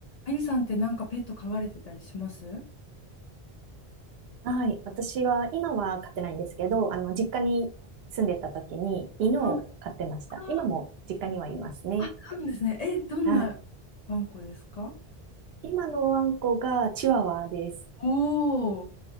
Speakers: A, on the left; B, on the right.
A: あゆさんってなんかペット飼われてたりしますは
B: はい。私は、今は飼ってないんですけど、あの、実家に住んでた時に犬を飼ってました。
A: いあ
B: 今も実家にはいますね。
A: あそうなんですね。え、どんな
B: はい。
A: ワンコですか
B: 今のワンコがチワワです。
A: おー、